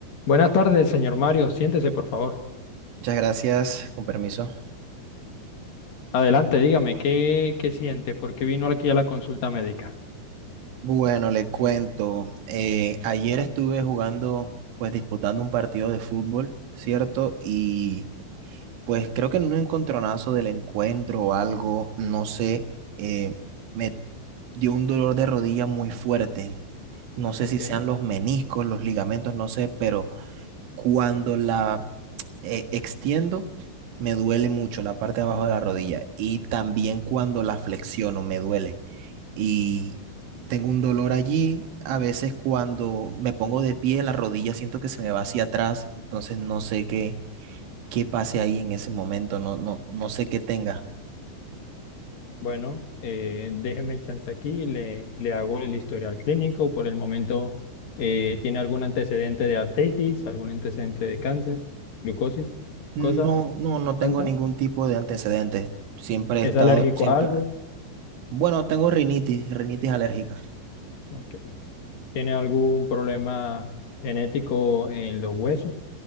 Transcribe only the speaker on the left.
Buenas tardes, señor Mario. Siéntese, por favor.
Adelante, dígame, ¿qué, qué siente? ¿Por qué vino aquí a la consulta médica?
Ok,
Bueno, eh, déjeme chance aquí, le, le hago el historial clínico. Por el momento, eh, ¿tiene algún antecedente de artritis, algún antecedente de cáncer, glucosis,
cosa
alta?
¿Es
alérgico
a algo?
Ok. ¿Tiene algún problema genético en los huesos?